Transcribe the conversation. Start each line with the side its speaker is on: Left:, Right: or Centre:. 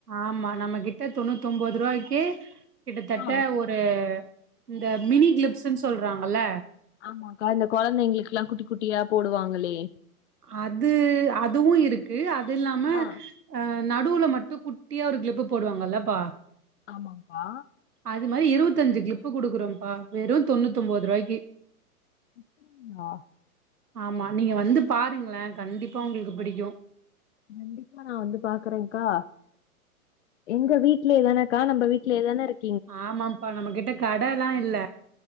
Right: ஆமா நம்ம கிட்ட தொண்ணூத் தொம்பதிருபாயிக்கு ரூபாய்க்கு கிட்டத்தட்ட
Left: ஆ
Right: ஒர் ஒரு இந்த மினி கிளிப்ஸ்ன்னு சொல்றாங்கல்ல
Left: ஆமாக்கா இந்த குழந்தைங்களுக்குலா குட்டி குட்டியா போடுவாங்களே
Right: அது அதுவு இருக்கு அது இல்லாம
Left: ஆ
Right: அ நடுவுல மட்டு குட்டியா ஒரு கிளிப்பு போடுவாங்கல்லப்பா
Left: ஆமாங்ப்பா
Right: அது மாரி இருபத்தஞ்சு கிளிப்பு குடுக்குறோம்ப்பா வெறு தொண்ணூத்தொம்பரூபாய்க்கு
Left: <unintelligible> ஆ
Right: ஆமா நீங்க வந்து பாருங்களே கண்டிப்பா உங்களுக்கு பிடிக்கு
Left: கண்டிப்பா நா வந்து பாக்குறேன்கா எங்க வீட்லயே தானக்கா நம்ம வீட்லயே தானே இருக்
Right: ஆமாப்பா நம்மகிட்ட கடைல்லா இல்ல